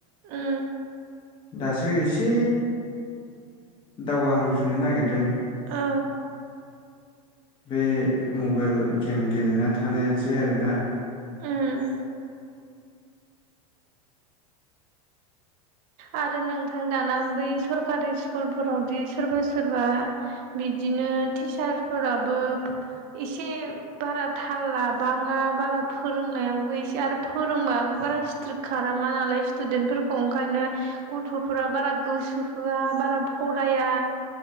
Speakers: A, on the right (about 50°); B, on the left (about 25°).
A: ओ
B: दासो इसे दावगाहांफिननो नागिरदों।
A: ओ
B: बे मबाइल गेम गेलेना थानायानोसै आरोना
A: ओम आरो नों दाना बै सरकारि स्कुलफोरावदि सोरबा सोरबा बिदिनो टिचार फोराबो एसे बारा थाल लाबाङा बारा फोरोंनायाव इसे आरो फोरोंबाबो बारा स्ट्रिक्ट खालामा नालाय स्टुडेन्टफोरखौ ओंखायनो गथ'फोरा बारा गोसो होआ बारा फराया